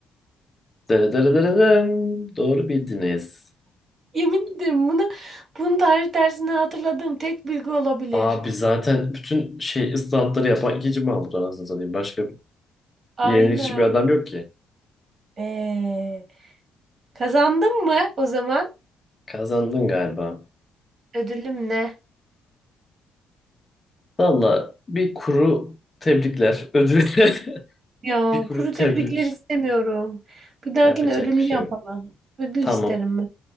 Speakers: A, on the left; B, on the right.
A: Dırıdırıdırım. Doğru bildiniz.
B: Yemin ederim bunu, bunu tarih dersinden hatırladığım tek bilgi olabilir.
A: Abi zaten bütün şey ıslahatları yapan ikinci Mahmut anasını satayım. Başka bir
B: Aynen.
A: yenilikçi bir adam yok ki.
B: Ee, kazandın mı o zaman?
A: Kazandın galiba.
B: Ödülüm ne?
A: Valla bir kuru tebrikler. Ödül <laughs>
B: Ya
A: bir kuru
B: kuru tebrikler
A: tebrik.
B: istemiyorum. Bir dahakine
A: Yapacak
B: ödüllü
A: bir şey
B: yapalım.
A: yok.
B: Ödül
A: Tamam.
B: isterim ben.